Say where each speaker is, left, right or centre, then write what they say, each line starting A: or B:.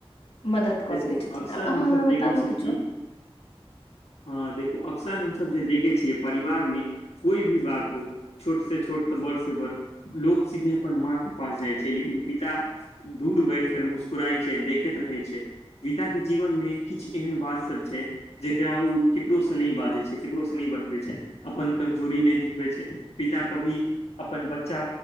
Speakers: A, on the left; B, on the left.
A: मदद कऽ
B: देखू
A: सकै छथिन
B: अक्सर
A: आब अहाँ
B: हमसभ
A: हमरा
B: देखै
A: बताबू
B: छियै
A: किछो
B: कि हँ देखू अक्सर हमसब जे देखै छियै जे परिवार मे कोइ भी बात हो छोट से छोट तऽ बड़ से बड़ लोक सीधे अपन माँ के पास जाइ छै लेकिन पिता दूर बैठ कर मुस्कुराइ छै देखैत रहै छै गीता के जीवन मे किछु एहन बात सब छै जेकरा ओ केकरोसँ नहि बाजै छै केकरोसँ नै बतबै छै अपन कमजोरी नै दिखबै छै पिता कभी अपन बच्चा